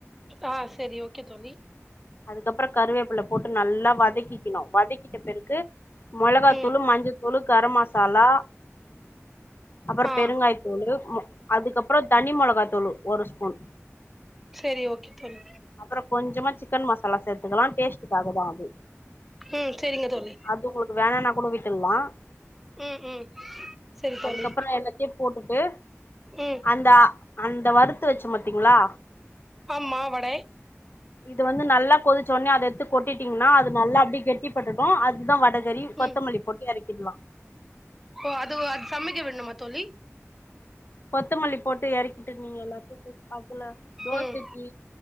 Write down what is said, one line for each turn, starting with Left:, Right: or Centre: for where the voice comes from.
Centre: ஆ சேரி ஓகே தோழி
Left: அதுக்கப்றோ கருவேப்பில போட்டு நல்லா வதக்கிக்குணு வதக்கிட்ட பிறகு மொளகாத்தூளு
Centre: ம்
Left: மஞ்சத்தூளு கர மசாலா அப்றோ
Centre: ஆ
Left: பெருங்காய அதுக்கப்றோ தனி மொளகாய் தூளு ஒரு ஸ்பூன்
Centre: சேரி ஓகே தோழி
Left: அப்றோ கொஞ்சமா சிக்கன் மசாலா சேத்துக்கலா டேஸ்டுக்காக தா அது
Centre: ம் செரிங்க தோழி
Left: அது உங்ளுக் வேணனா கூட விட்டுல்லா
Centre: ம் ம் செரி தோழி
Left: அதுக்கப்றோ எல்லாத்தியு போட்டுட்டு
Centre: ம்
Left: அந்த ஆ அந்த வறுத்து வச்சோ பாத்தீங்ளா
Centre: ஆமா வடை
Left: இது வந்து நல்லா கொதிச்ச ஒன்னே அத எடுத்து கொட்டிட்டீங்கன்னா அது நல்லா அப்டியே கெட்டிபட்டுட்டு அதுதா வடகறி
Centre: ம்
Left: கொத்தமல்லி போட்டு எறக்கிட்லா
Centre: ஓ அதுவா அது சமைக்க விடணுமா தோழி
Left: கொத்தமல்லி போட்டு எறக்கிட்டு நீங்க எல்லாத்துக்கு சாப்புல்லா தோசைக்கி
Centre: ம்